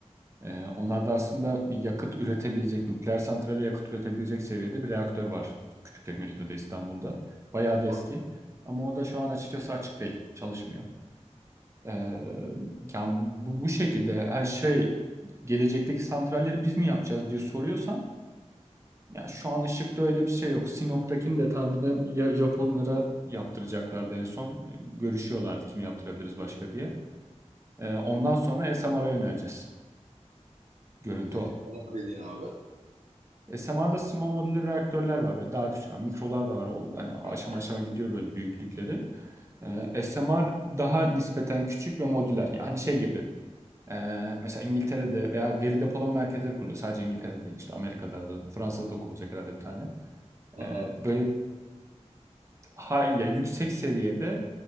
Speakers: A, on the right; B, on the right.
A: Ee, onlarda aslında bir yakıt üretebilecek, nükleer santrale yakıt üretebilecek seviyede bir reaktör var. Küçükçekmece'de de İstanbul'da. Bayağı da
B: Bak.
A: eski. Ama o da
B: Hı
A: şu an açıkçası açık değil. Çalışmıyor. Ee, yani bu, bu, bu şekilde yani şey gelecekteki santralleri biz mi yapacağız diye soruyorsan yani şu an Işık'ta öyle bir şey yok. Sinop'takini de tahminen ya Japonlara yaptıracaklardı en son. E, Görüşüyorlardı kimi yaptırabiliriz başka
B: hı.
A: diye. Ee, ondan sonra SMR'a yöneleceğiz. Görüntü
B: E, e,
A: o.
B: Tamam dediğin abi.
A: SMR'da small modular reaktörler var. Böyle daha küçük. yani mikrolar da var. O, hani aşama
B: Hı
A: aşama gidiyor böyle büyüklükleri. Ee, SMR daha nispeten küçük ve modüler. Yani hani şey gibi Ee, mesela İngiltere'de veya veri depolama merkezleri kuruluyor. Sadece İngiltere'de değil işte Amerika'da da Fransa'da da kurulacak herhalde bir tane.
B: hı.
A: Ee, böyle ha, ya yüksek seviyede